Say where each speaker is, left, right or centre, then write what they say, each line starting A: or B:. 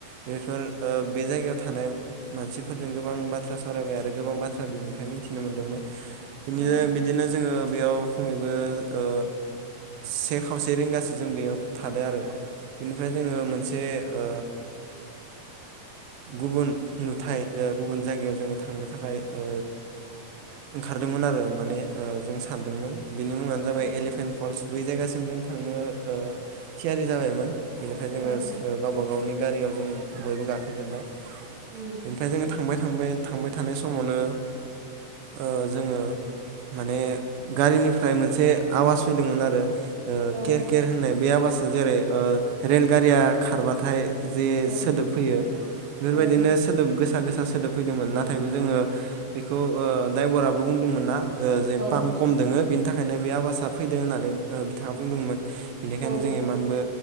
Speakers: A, on the right; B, on the right.
A: बेफोर ओ बे जायगायाव थानाय मानसिफोरजों गोबां बाथ्रा सावरायबाय आरो गोबां बाथ्रा बिनिफ्राय मिथिनो मोन्दोंमोन। बिनिजाय
B: औ
A: बिदिनो जोङो बेयाव खमैबो ओ से खावसे रिंगासो जों बेयाव थादो आरो बेनिफ्राय जोङो मोनसे ओ गुबुन नुथाय ओ गुबुन जायगायाव जोङो थांनो थाखाय ओ ओंखारदोंमोन आरो माने ओ जों सान्दोंमोन बिनि मुङानो जाबाय
B: औ
A: एलिफेन फल्स बै जायगासिम जों थांनो ओ थियारि जाबायमोन बिनिफ्राय जोङो
B: औ
A: गावबा गावनि गारियाव जों बयबो गाखो जोब्बाय
B: उम
A: बेनिफ्राय जोङो थांबाय थांबाय थांबाय थानाय समावनो ओ जोङो माने गारिनिफ्राय मोनसे आवास फैदोंमोन आरो ओ
B: औ
A: केेर केेर होन्नाय बे आवासा जेरै ओ रेलगारिया खारबाथाय जे
B: औ
A: सोदोब फैयो बेफोरबायदिनो
B: औ
A: सोदोब गोसा गोसा सोदोब फैदोंमोन ना नाथायबो जोङो बेखौ ओ दायबरा बुंदोंमोन ना ओ जे
B: औ
A: फाम खम दोङो बेनि बिनि थाखायनो बे आवासा फैदों होन्नानै बिथाङा बुंदोंमोन बेनिखायनो
B: औ
A: जों इमानबो